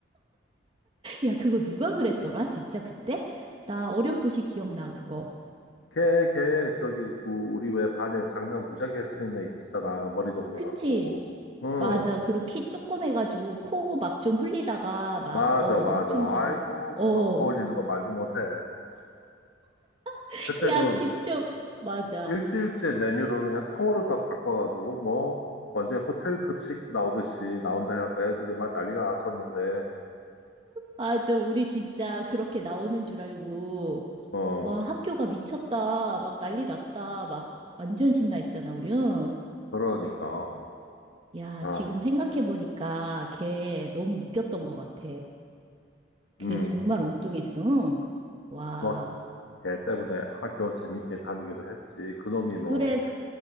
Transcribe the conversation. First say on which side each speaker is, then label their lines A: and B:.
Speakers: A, on the right; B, on the left.
A: 야, 그거 누가 그랬더라, 진짜 그때? 나 어렴풋이 기억나, 그거.
B: 걔, 걔, 저기, 그 우리 왜 반에 장난 무지하게 치는 애 있었잖아. 머리 좀 노랗고.
A: 그치?
B: 응,
A: 맞아. 그리고 키 조금 해가지고 코 막 좀 흘리다가 막,
B: 맞아,
A: 어,
B: 맞아.
A: 엄청
B: 아이고,
A: 장, 어.
B: 그놈 코 올리는 거 말도 못해.
A: <laughs>
B: 그때
A: 야,
B: 그
A: 진짜, 맞아.
B: 일주일째 메뉴를 그냥 통으로 다 바꿔가지고 뭐 언제 호텔 급식 나오듯이 나온다 해갖고 애들이 막 난리가 났었는데
A: 아, 저, 우리 진짜 그렇게 나오는 줄 알고,
B: 어
A: 와, 학교가 미쳤다. 막 난리 났다. 막 완전 신나 했잖아, 우리, 응?
B: 그러니까
A: 야,
B: 아
A: 지금 생각해보니까 걔 너무 웃겼던 것 같아. 걔
B: 음
A: 정말 엉뚱했어. 응? 와,
B: 뭐 걔 때문에 학교 재밌게 다니기도 했지 그놈이 뭐
A: 그래, 그-